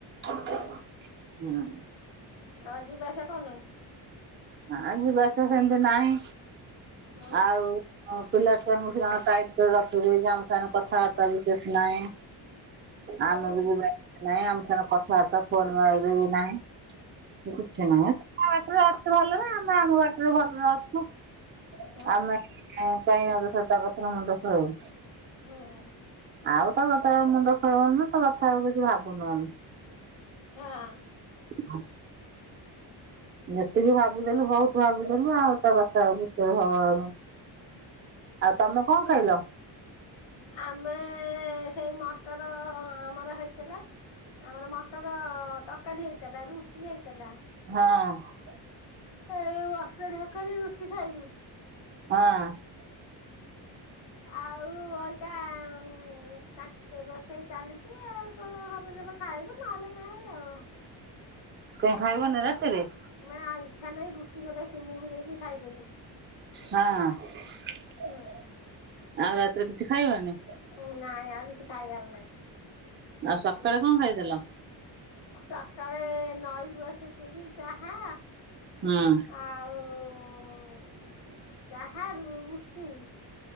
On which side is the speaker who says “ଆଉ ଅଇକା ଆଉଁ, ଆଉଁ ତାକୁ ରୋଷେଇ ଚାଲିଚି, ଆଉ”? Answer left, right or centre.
Left